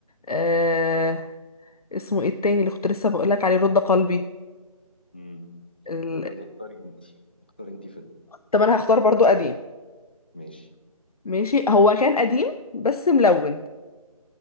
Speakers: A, on the left (about 80°); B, on the left (about 15°).
A: آه... اسمه ايه التاني اللي كنت لسه بقولك عليه رد قلبي
B: امم
A: ال...
B: طب يلا اختاري انت اختاري انت فيلم
A: طب انا هختار برضو قديم
B: ماشي
A: ماشي هو كان قديم بس ملون